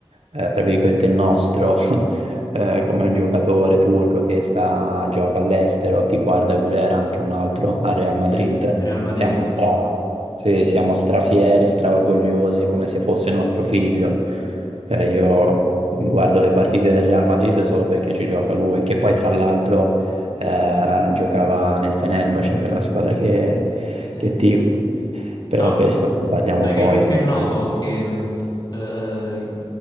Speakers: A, on the right; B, on the left.
A: eh, tra virgolette, il nostro, <laughs> eh, come un giocatore turco che sta, gioca all'estero, tipo Arda Güler, anche un altro al Real
B: Sì,
A: Madrid.
B: Real Madrid
A: Siamo
B: ho
A: stra,
B: visto.
A: sì, siamo strafieri, straorgogliosi, è come se fosse nostro figlio. Eh, io guardo le partite del Real Madrid solo perché ci gioca lui, che poi tra l'altro eh, giocava nel Fenerbahce, che è la squadra che,
B: Sì.
A: che tifo. Però
B: Ah,
A: questo ne parliamo
B: sai
A: poi.
B: che, che è noto che mh, eh,